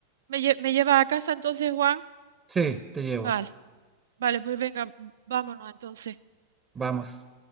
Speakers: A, on the right (about 65°); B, on the right (about 20°).
A: me, lle- me lleva a casa entonces, Juan.
B: Sí, te llevo.
A: Vale, vale, pues venga, mm, vámonos entonces.
B: Vamos.